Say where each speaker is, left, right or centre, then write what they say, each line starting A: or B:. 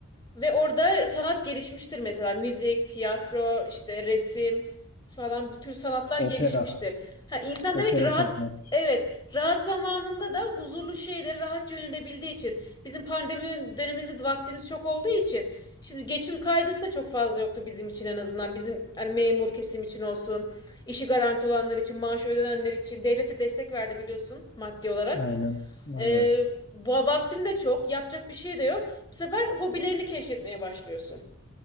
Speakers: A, on the left; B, on the left.
A: Ve orada sanat gelişmiştir mesela müzik, tiyatro, işte resim falan bu tür sanatlar
B: Opera.
A: gelişmiştir. Ha, insan
B: Opera
A: demek ki rahat
B: çok net.
A: evet rahat zamanında da huzurlu şeylere rahatça yönelebildiği için bizim pandemi dönemimizde de vaktimiz çok olduğu için şimdi geçim kaygısı da çok fazla yoktu bizim için en azından bizim hani memur kesim için olsun işi garanti olanlar için maaşı ödenenler için devlete destek verdi biliyorsun maddi olarak.
B: Aynen. Aynen.
A: Ee, va- vaktin de çok, yapacak bir şey de yok. Bu sefer hobilerini keşfetmeye başlıyorsun.